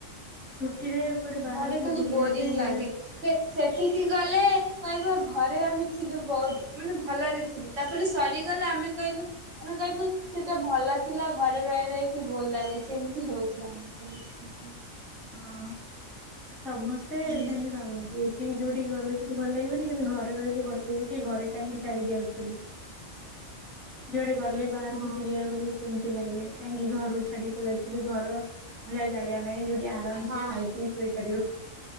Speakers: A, in the centre; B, on the right.
A: ଛୁଟିରେ କୁଆଡ଼େ ବାହାରକୁ
B: ଘରେ ଖାଲି
A: ବୁଲିବା
B: ବୋରିଂ
A: ପାଇଁ
B: ଲାଗେ।
A: ଗଲେ
B: ସେ ସେଠିକି ଗଲେ କହିବ ଘରେ ଆମେ ଥିଲୁ ବହୁତ ମାନେ ଭଲରେ ଥିଲୁ। ତାପରେ ସରିଗଲା ଆମେ କହିଲୁ ଆମେ କହିବୁ ସେଟା ଭଲ ଥିଲା ଘରେ ରହି ରହିକି ବୋର ଲାଗୁଛି ଏମିତି ହୋଉଚି ଆମର। ସମସ୍ତଙ୍କ
A: ହଁ। ସମସ୍ତେ
B: ହୁଁ
A: ସେମିତି ଭାବନ୍ତି ଏଠିକି ଯୋଉଠିକି ଗଲେ ସେଠି ଭଲ ଲାଗିବନି କିନ୍ତୁ ଘରେ ରହିଲେ ଭଲ ଲାଗିବ। କି ଘରେ କାହିଁକି ଛାଡ଼ିକି ଆସୁଥିଲି ଯୁଆଡ଼େ ଗଲେ ବାହାରକୁ
B: ହଁ
A: ବୁଲିଆ ଗଲେ ଏମତି ଲାଗେ କାହିଁକି ଘରୁ ଛାଡ଼ି ପଳେଇଆଥିଲି ଘର ଭଳିଆ ଜାଗା ନାହିଁ ଯୋଉଠି ଆରାମସେ
B: ହଁ
A: ଖାଇ ପିଇ ଶୋଇପାରିବ।